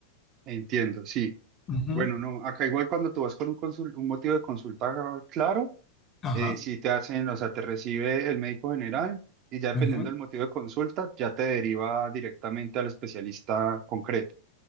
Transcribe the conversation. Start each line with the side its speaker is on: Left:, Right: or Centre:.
Right: entiendo, sí.
Left: Ujú,
Right: Bueno, no, acá igual cuando tú vas con un, consul- un motivo de consulta claro,
Left: Ajá,
Right: eh, si te hacen, o sea, te recibe el médico general y ya dependiendo
Left: ujú,
Right: del motivo de consulta, ya te deriva directamente al especialista concreto.